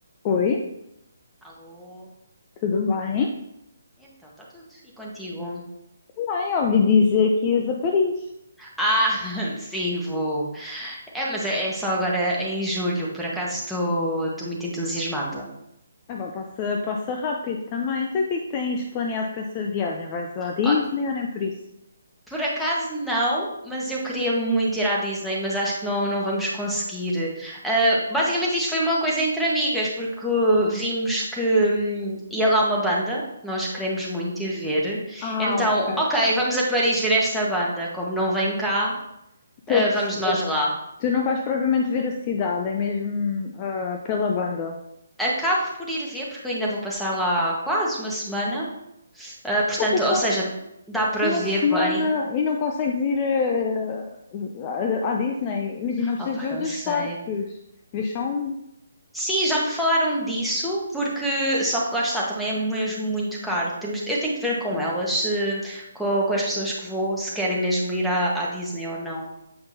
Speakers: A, on the left; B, in the centre.
A: Oi,
B: Alô?
A: tudo bem?
B: Então, está tudo. E contigo?
A: Bem, ouvi dizer que ias a Paris.
B: Ah, <laughs> sim, vou. É, mas é é só agora em julho. Por acaso estou estou muito entusiasmada.
A: Ah, vá, passa, passa rápido também. Então, o que é que tens planeado para essa viagem? Vais à Disney
B: Ah,
A: ou nem por isso?
B: Por acaso não, mas eu queria muito ir à Disney, mas acho que não, não vamos conseguir. Ah, basicamente, isto foi uma coisa entre amigas, porque vimos que hum, ia lá uma banda, nós queremos muito ir ver.
A: Ah,
B: Então,
A: ok.
B: ok, vamos a Paris ver esta banda. Como não vem cá,
A: Estou
B: ah,
A: a perceber.
B: vamos nós lá.
A: Tu não vais propriamente ver a cidade, é mesmo ah, pela banda.
B: Acabo por ir ver, porque eu ainda vou passar lá quase uma semana. Ah, portanto,
A: Pouco, então,
B: ou seja, dá para
A: uma
B: ver
A: semana
B: bem.
A: e não consegues ir ah, à à Disney. Imagina, não precisas
B: Opa,
A: ver
B: não
A: os dois
B: sei.
A: parques. Vês só um.
B: Sim, já me falaram disso, porque só que lá está, também é mesmo muito caro. Temos, eu tenho que ver com
A: Sim.
B: elas, se- com, com as pessoas que vou, se querem mesmo ir à, à Disney ou não.